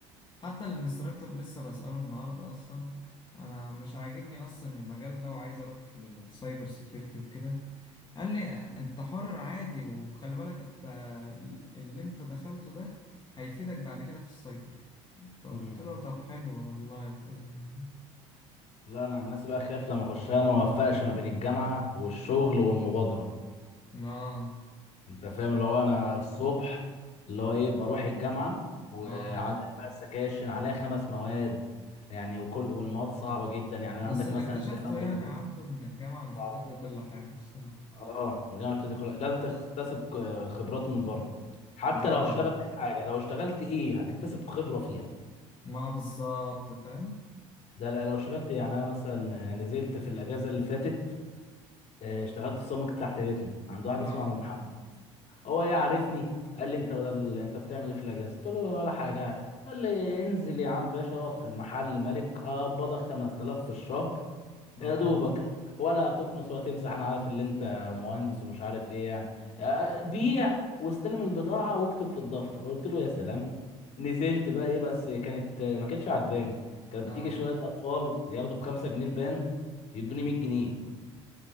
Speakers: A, on the left; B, on the left.
A: حتى الانستراكتور لسه بسأله النهاردة اصلا انا مش عاجبني اصلا المجال ده وعايز اروح للسايبر سيكيورتي وكده قال لي انت حر عادي وخلي بالك انت ال- اللي انت دخلته ده هيفيدك بعد كده في السايبر فقلت
B: مم.
A: له طب حلو والله وكده يعني
B: لا انا عن نفسي بقى خايف لما اخشها ما اوفقش ما بين الجامعه والشغل والمبادره
A: اه
B: انت فاهم اللي هو انا الصبح اللي هو ايه بروح الجامعه وعليها
A: اه
B: بقى السكاشن عليها خمس مواد يعني وكل والمواد صعبه جدا يعني عندك
A: بس اللي
B: مثلا
A: اكتشفته
B: زي ماده
A: يعني
B: الروبوتكس
A: يا عبده ان الجامعة مش
B: صعبه
A: بتدي
B: أوي.
A: كل حاجة الصراحة
B: اه الجامعه مش تدخل لازم تكتسب ك- خبرات من بره حتى
A: اه
B: لو هتشتغل اي حاجه لو اشتغلت ايه هتكتسب خبره فيها
A: ما بالظبط فاهم
B: ده لا- لو اشتغلت إيه؟ يعني انا مثلا نزلت في الاجازه اللي فاتت آه، اشتغلت في سمك تحت بيتنا عند واحد
A: اه
B: اسمه عم محمد هو ايه عارفني قال لي انت بدل انت بتعمل ايه في الاجازه قلت له ولا حاجه قال لي انزل يا عم باشا اقف في المحل ملك اقبضك 5000 في الشهر
A: اه
B: يا دوبك ولا هتكنس ولا تمسح انا عارف ان انت مهندس ومش عارف ايه يعني آه، بيع واستلم البضاعه واكتب في الدفتر قلت له يا سلام نزلت بقى ايه بس كانت ما كانتش عجباني كانت
A: اه
B: بتيجي شويه اطفال ياخدوا بخمسة جنيه البان يدوني 100 جنيه